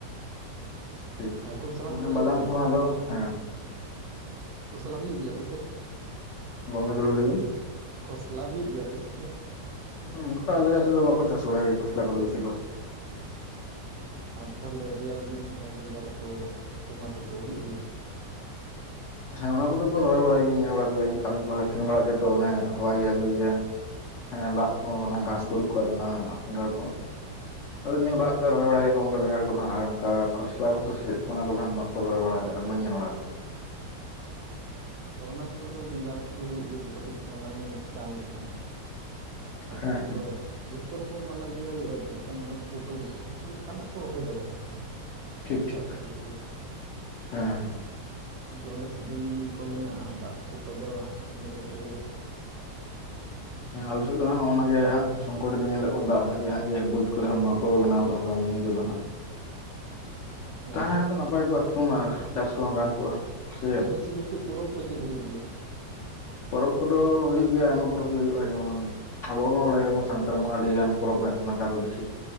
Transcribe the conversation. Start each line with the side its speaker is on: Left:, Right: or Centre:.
Left: ᱴᱷᱤᱠ
Right: ᱟᱨ ᱠᱷᱚᱥᱞᱟ
Left: ᱢᱟᱱᱮ
Right: ᱠᱚᱠᱚ
Left: ᱵᱟᱫᱟᱢ
Right: ᱮᱨ ᱜᱮᱭᱟ
Left: ᱠᱚ ᱟᱫᱚ ᱦᱮᱸ
Right: ᱠᱷᱚᱥᱞᱟ ᱦᱩᱭᱩᱜ ᱜᱮᱭᱟ ᱟᱯᱮᱥᱮᱫ?
Left: ᱜᱚᱝᱠᱮ ᱫᱩᱞᱟᱹᱲ ᱞᱟᱹᱭ ᱵᱤᱱ
Right: ᱠᱷᱚᱥᱞᱟ ᱦᱩᱭᱩᱜ ᱜᱮᱭᱟ ᱟᱯᱮ ᱥᱮᱫ ᱫᱚ?
Left: ᱚᱱᱠᱟ ᱟᱞᱮ ᱥᱮᱫ ᱫᱚ ᱵᱟᱠᱚ ᱪᱟᱥ ᱵᱟᱲᱟᱭ ᱜᱮᱭᱟ ᱠᱷᱚᱥᱞᱟ ᱠᱚᱫᱚ ᱵᱤᱥᱤᱨ ᱵᱷᱟᱜᱽ
Right: ᱟᱨ ᱛᱟᱦᱚᱞᱮ ᱨᱮᱭᱟᱲ ᱫᱤᱱ ᱦᱟᱱᱮ ᱵᱮᱸᱜᱟᱲ ᱠᱚ ᱴᱚᱢᱟᱴᱳ ᱠᱚ ᱦᱩᱭᱩᱜ ᱜᱮᱭᱟ?
Left: ᱦᱮᱸ ᱚᱱᱟ ᱠᱚᱫᱚ ᱠᱚ ᱨᱚᱦᱚᱭ ᱵᱟᱲᱟᱭ ᱜᱮᱭᱟᱹᱧ ᱧᱮᱞ ᱵᱟᱲᱟ ᱠᱚᱭᱟᱹᱧ ᱠᱟᱹᱢᱤ ᱠᱚᱦᱞᱮ ᱥᱮᱱ ᱵᱟᱲᱟᱜ ᱜᱮᱭᱟ ᱛᱚ ᱦᱚᱦᱚᱭ ᱜᱮᱭᱟ ᱠᱚ ᱡᱮ ᱦᱮᱸ ᱞᱟᱜ ᱠᱚ ᱚᱱᱟ ᱜᱷᱟᱸᱥ ᱠᱚ ᱩᱰᱩᱠ ᱠᱚᱜᱼᱟ ᱚᱱᱟ ᱠᱚᱸᱰᱟᱲ ᱠᱚ ᱟᱫᱚ ᱧᱮᱞ ᱵᱟᱲᱟ ᱠᱚ ᱜᱮᱭᱟ ᱨᱚᱦᱚᱭ ᱵᱟᱲᱟ ᱜᱮᱠᱚ ᱚᱱᱠᱟ ᱵᱮᱸᱜᱟᱲ ᱠᱚᱫᱚ ᱦᱟᱸᱜ ᱟᱨ ᱚᱱᱠᱟ ᱠᱷᱚᱥᱞᱟ ᱠᱚᱫᱚ ᱥᱮ ᱪᱮᱫ ᱠᱚ ᱚᱱᱟ ᱠᱚᱫᱚ ᱦᱟᱸᱜ ᱵᱟ ᱠᱚ ᱨᱚᱦᱚᱭ ᱵᱟᱲᱟ ᱠᱟᱜᱼᱟ ᱵᱟᱹᱧ ᱧᱮᱞ ᱵᱟᱲᱟᱣ ᱠᱚᱣᱟ
Right: ᱛᱚ ᱚᱱᱟ ᱠᱚᱨᱮ ᱫᱚ ᱵᱮᱸᱜᱟᱲ ᱠᱚᱜᱮ ᱦᱩᱭᱩᱜ ᱜᱮᱭᱟᱛᱚ ᱠᱟᱹᱴᱤᱡ ᱴᱚᱰᱟᱝ ᱧᱚᱜ ᱛᱟᱱ ᱜᱮ ᱠᱷᱟᱱ ᱟᱞᱮ
Left: ᱦᱮᱸ
Right: ᱥᱮᱫ
Left: ᱦᱮᱸ
Right: ᱫᱚ ᱡᱷᱚᱛᱚ ᱨᱚᱠᱚᱢ ᱢᱟᱱᱟᱡᱽ ᱜᱮ ᱦᱩᱭᱩᱜᱼᱟ ᱪᱮᱫ ᱞᱮᱠᱟᱱᱟᱜ ᱯᱚᱴᱚᱞ ᱠᱚᱦᱚᱸ ᱪᱮᱫᱠᱟᱱᱟᱜ ᱠᱚ ᱨᱚᱦᱚᱭ ᱫᱟᱲᱮᱭᱟᱜᱼᱟ ᱟᱨᱠᱤ᱾
Left: ᱴᱷᱤᱠ
Right: ᱚᱱᱠᱟᱱᱟᱜ
Left: ᱴᱷᱤᱠ
Right: ᱜᱮ ᱦᱩᱭᱩᱜ ᱜᱮᱭᱟ᱾
Left: ᱦᱮᱸ
Right: ᱟᱫᱳ ᱟᱞᱟ ᱥᱮᱫ ᱫᱚ ᱢᱤᱱᱤ ᱠᱚ ᱢᱮᱱᱟᱜᱼᱟ ᱫᱟᱜ ᱠᱚᱠᱚ ᱯᱟᱡᱟᱣᱟ ᱤᱱᱟᱹ ᱠᱚᱛᱮ ᱜᱮ,
Left: ᱦᱮᱸ ᱟᱞᱮ ᱥᱮᱫ ᱫᱚ ᱦᱟᱸᱜ ᱱᱚᱜᱼᱚ ᱱᱚᱱᱟᱜᱮ ᱦᱟᱸᱜ ᱥᱚᱝᱠᱚᱴ ᱫᱚ ᱧᱮᱞᱮᱜ ᱠᱚ ᱫᱟᱜ ᱨᱮᱱᱟᱜ ᱜᱮ ᱡᱮ ᱵᱟᱹᱫᱽ ᱠᱚᱨᱮ ᱦᱚᱸ ᱵᱟᱠᱚ ᱵᱮᱱᱟᱣ ᱠᱟᱜᱼᱟ ᱚᱱᱠᱟ ᱢᱤᱱᱤ ᱠᱚᱫᱚ ᱦᱟᱸᱜ᱾
Right: ᱦᱮᱸ
Left: ᱛᱟᱦᱮᱞᱮᱱ ᱠᱷᱟᱱ ᱫᱚ ᱱᱟᱯᱟᱭ ᱠᱚᱜᱼᱟ ᱛᱩᱼᱟ ᱟᱨ ᱪᱟᱥ ᱠᱚᱦᱚᱸ ᱜᱟᱱ ᱠᱚᱜᱼᱟ᱾ ᱥᱮ ᱪᱮᱫ
Right: ᱟᱯᱮᱥᱮᱫ ᱱᱤᱛᱚᱜ ᱯᱚᱨᱚᱵᱽ ᱠᱚ ᱪᱮᱫ ᱦᱩᱭᱩᱜ ᱜᱮᱭᱟ?
Left: ᱯᱚᱨᱚᱵᱽ ᱠᱚᱫᱚ ᱦᱳᱭᱳᱜ ᱜᱮᱭᱟ ᱟᱭᱢᱟ ᱯᱚᱨᱚᱵᱽ ᱜᱮ ᱦᱳᱭᱳᱜᱼᱟ ᱡᱮᱢᱚᱱ ᱟᱵᱚ ᱢᱟ ᱵᱟᱲᱟᱭ ᱜᱮᱭᱟᱵᱚᱱ ᱥᱟᱱᱛᱟᱲ ᱢᱟ ᱟᱹᱰᱤ ᱜᱟᱱ ᱯᱚᱨᱚᱵᱽ ᱢᱮᱱᱟᱜ ᱛᱟᱵᱚᱱᱟ ᱪᱟᱸᱫᱤ ᱯᱤᱪᱷᱤ᱾